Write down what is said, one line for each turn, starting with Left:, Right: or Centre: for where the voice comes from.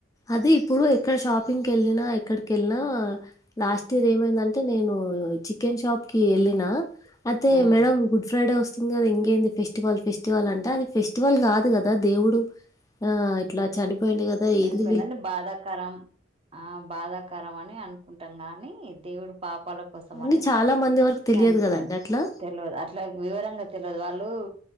Left: అదే ఇప్పుడు ఎక్కడ షాపింగ్కి వెళ్ళినా ఎక్కడిక వెళ్ళినా లాస్ట్ ఇయర్ ఏమైందంటే నేను చికెన్షాప్ కి ఎల్నా అే
Right: ఉమ్
Left: మేడ గుడ్ ఫ్రైడే వస్త ఖ ఎంేంది ఫెస్టివల్ ఫెస్టివల్ అంటే అది ఫెస్టివల్ కాదు కదా దేవుడు ఆ ఇట్లా చనిపోయింది కదా ఇది
Right: పోయిందండి బాధాకరం ఆ బాధాకర అని అనుకుంటాం గాని దేవుడు పాపాల కోసం
Left: కానీ
Right: అని
Left: చాలా మంది వరకు తెలియదు
Right: చనిపోయాను
Left: గదండీ అట్లా.
Right: తెలియదు అట్లా వివరంగా తెలియదు వాళ్ళు